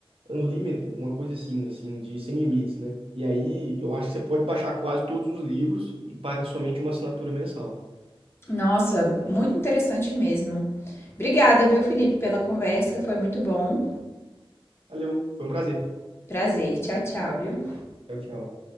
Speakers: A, on the right; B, on the left.
A: Unlimited, uma coisa assim, assim, de sem limites, né? E aí eu acho que você pode baixar quase todos os livros e paga somente uma assinatura mensal.
B: Nossa, muito interessante mesmo. Obrigada, viu, Felipe, pela conversa, foi muito bom.
A: Valeu, foi um prazer.
B: Prazer. Tchau, tchau, viu?
A: Tchau, tchau.